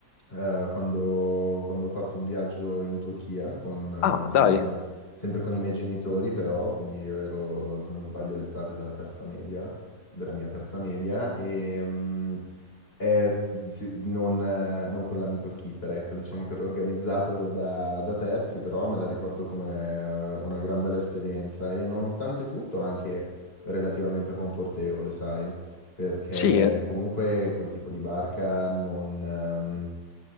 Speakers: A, on the left; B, on the left.
A: eh, quando, quando ho fatto un viaggio in Turchia, con,
B: Ah,
A: eh, sempre
B: dai,
A: con, i sempre con i miei genitori però, quindi io ero, se non sbaglio, l'estate della terza media, della mia terza media, e mm, è s- sì, non, eh, non con l'amico skipper, ecco, diciamo che ero organizzato da, da terzi, però me la ricordo come eh, una gran bella esperienza e nonostante tutto anche relativamente confortevole, sai perché
B: sì, eh,
A: comunque quel tipo di barca non, ehm,